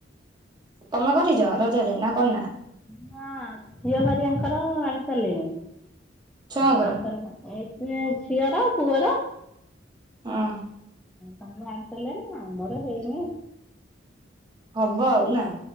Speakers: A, on the right; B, in the centre.
A: ତମେ କରିଛ ରଜରେ ନା କରିନା?
B: ନା ଝିଅ ହରିଆଙ୍କର ଆଣି ସାରିଲେଣି। ଆଣି
A: ଛୁଆଙ୍କର
B: ସାରିଲୁଣି ଏଇକ? ଏ ଝିଅର ପୁଅର
A: ହଁ।
B: ତାଙ୍କର ଆଣିସାରିଲଣି ଆମର ହେଇନି।
A: ହବ ଆଉ ନା